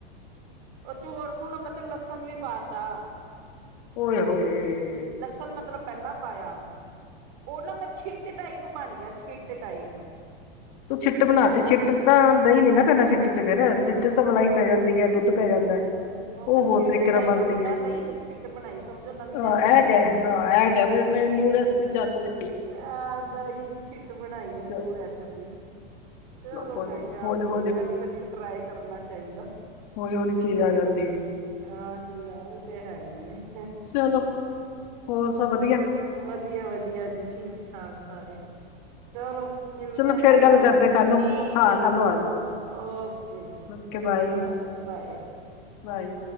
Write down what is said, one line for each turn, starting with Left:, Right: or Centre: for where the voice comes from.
Right: ਉਹ ਚੋਰਸ ਸੂਹ ਮੈ ਤੇ ਲਸਣ ਵੀ ਪਾ ਤਾ
Left: ਓਏ-ਹੋਏ।
Right: ਲਸਣ ਮਤਲਬ ਪਹਿਲਾਂ ਪਾਇਆ, ਉਹ ਨਾ ਮੈਂ ਛਿੱਟ ਟਾਈਪ ਬਣ ਗਿਆ, ਛਿੱਟ ਟਾਈਪ।
Left: ਤੂੰ ਛਿੱਟ ਬਨਾਤੀ ਛਿੱਟ ਚ ਤਾਂ ਦਹੀਂ ਨੀ ਨਾ ਪੈਂਦਾ, ਛਿੱਟ ਚ ਫਿਰ, ਛਿੱਟ ਚ ਤਾਂ ਮਲਾਈ ਪੈ ਜਾਂਦੀ ਹੈ, ਦੁੱਧ ਪੈ ਜਾਂਦਾ। ਉਹ
Right: ਮੈਂ ਛਿੱਟ
Left: ਹੋਰ ਤਰੀਕੇ
Right: ਟਾਈਪ
Left: ਨਾਲ ਬਣਦੀ
Right: ਮੈਂ
Left: ਹੈ,
Right: ਦਹੀਂ ਦੀ ਛਿੱਟ ਬਣਾਈ ਸਮਝੋ ਨਵੀਂ
Left: ਹਾਂ
Right: ਰੈਸਪੀ
Left: ਇਹ ਗ ਹਾਂ, ਇਹ- ਨੇ, ਨਿਊ ਰੈਸਪੀ ਚਾਲੂ ਕਿ
Right: ਆਹ ਦਹੀਂ ਦੀ ਛਿੱਟ ਬਣਾਈ ਹੈ, ਨਿਊ
Left: ਚ
Right: ਰੈਸਪੀ। ਚਲੋ,
Left: ਕੋਈ
Right: ਮੈਂ
Left: ਨੀ
Right: ਕਿਹਾ
Left: ਹੌਲੀ
Right: ਕੋਈ,
Left: ਹੌਲੀ
Right: ਕਦੀ-ਕਦੀ ਟ੍ਰਾਈ ਕਰਨਾ ਚਾਹੀਦਾ।
Left: ਹੌਲੀ-ਹੌਲੀ ਚੀਜ਼ ਆ ਜਾਂਦੀ।
Right: ਹਾਂਜੀ, ਆਹ ਇਹ ਤੇ ਹੈ ਹੀ ਏ
Left: ਚਲੋ, ਹੋਰ ਸਬ ਵਧੀਆ।
Right: ਵਧੀਆ, ਵਧੀਆ ਜੀ। ਠੀਕ-ਠਾਕ ਸਾਰੇ ਚਲੋ, ਮਿਲਦੇ
Left: ਚਲੋ
Right: ਆਂ ਕੱਲ੍ਹ
Left: ਫੇਰ ਗੱਲ
Right: ਆਵਾਂਗੇ,
Left: ਕਰਦੇ ਕੱਲ ਨੂੰ
Right: ਠੀਕ
Left: ਹਾਂ
Right: ਹੈ
Left: ਕੱਲ
Right: ਜੀ।
Left: ਨੂੰ ਆ ਜਾਈ
Right: ਓਕੇ ਜੀ,
Left: ਓਕੇ
Right: ਸਤਿ ਸ਼੍ਰੀ
Left: ਬਾਏ
Right: ਅਕਾਲ ਜੀ। ਬਾਏ।
Left: ਬਾਏ।